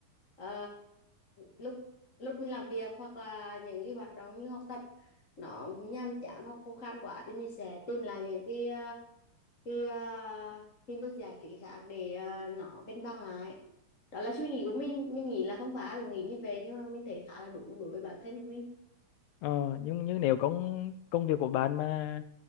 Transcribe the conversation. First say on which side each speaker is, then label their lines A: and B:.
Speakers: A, on the left; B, on the left.
A: ờ, lúc lúc mình làm việc hoặc là những cái hoạt động như học tập nó nhàm chán hoặc khô khan quá thì mình sẽ tìm lại những cái ờ, cái ờ, hình thức giải trí khác để ờ, nó cân bằng lại đó là suy nghĩ của mình mình nghĩ là không phải ai cũng nghĩ như vậy nhưng mà mình thấy khá là đúng đối với bản thân của mình
B: ờ, nhưng nhưng nếu công công việc của bạn mà